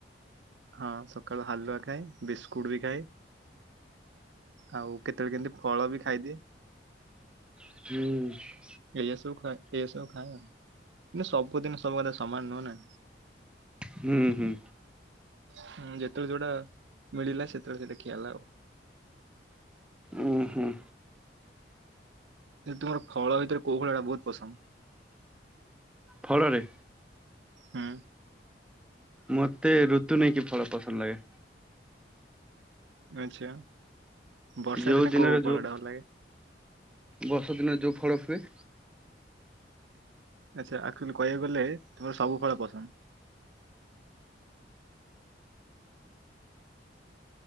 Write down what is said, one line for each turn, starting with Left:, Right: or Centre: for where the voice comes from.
Right: ହଁ ସକାଳୁ ହାଲୁଆ ଖାଏ ବିସ୍କୁଟ ବି ଖାଏ। ଆଉ କେତେବେଳେ କେମିତି ଫଳ ବି ଖାଇଦିଏ।
Centre: ହୁଁ।
Right: ଏଇଆ ସବୁ ଖା ଏଇଆ ସବୁ ଖାଏ ଆଉ ମାନେ ସବୁ ଦିନ ସବୁବେଳେ ସମାନ ନୁହଁ ନା।
Centre: ହୁଁ, ହୁଁ।
Right: ହୁଁ ଯେତେ ବେଳେ ଯୋଉଟା ମିଳିଲା ସେତେ ବେଳେ ସେଟା ଖିଆହେଲା ଆଉ।
Centre: ଉୁଁ ହୁଁ।
Right: ଏ ତୁମର ଫଳ ଭିତରେ କୋଉ ଫଳ ଟା ବହୁତ ପସନ୍ଦ।
Centre: ଫଳରେ
Right: ହୁଁ।
Centre: ମତେ ଋତୁ ନେଇକି ଫଳ ପସନ୍ଦ ଲାଗେ।
Right: ଆଛା ବର୍ଷା
Centre: ଯୋଉ
Right: ଦିନେ
Centre: ଦିନରେ
Right: କୋଉ
Centre: ଯୋଉ
Right: ଫଳଟା ଭଲ ଲାଗେ?
Centre: ବର୍ଷା ଦିନରେ ଯୋଉ ଫଳ ହୁଏ।
Right: ଆଚ୍ଛା ଆକ୍ଚୁଆଲି କହିବାକୁ ଗଲେ ତୁମର ସବୁ ଫଳ ପସନ୍ଦ।